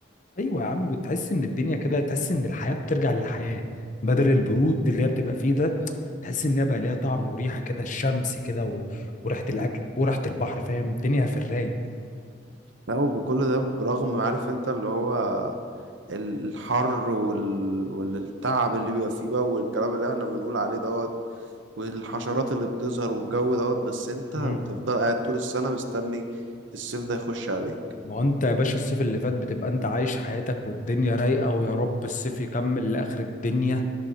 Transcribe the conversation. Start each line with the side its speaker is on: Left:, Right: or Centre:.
Left: ايوه يا عم وتحس ان الدنيا كده تحس ان الحياه بترجع للحياه بدل
Right: مم.
Left: البرود اللي هي بتبقى فيه ده تحس ان هي بقى ليها طعم وريحه كده الشمس كده و... وريحه
Right: مم.
Left: الاكل وريحه البحر فاهم الدنيا في الرايق
Right: لا وكل ده برغم عارف انت اللي هو ال- الحر وال... والتعب اللي بيبقى فيه بقى والكلام اللي احنا بنقول عليه دوت والحشرات اللي بتظهر والجو دوت بس انت
Left: مم.
Right: بتفضل قاعد طول السنة مستني الصيف ده يخش عليك
Left: ما هو انت يا باشا الصيف اللي فات بتبقى انت عايش حياتك والدنيا رايقه ويا رب الصيف يكمل لاخر الدنيا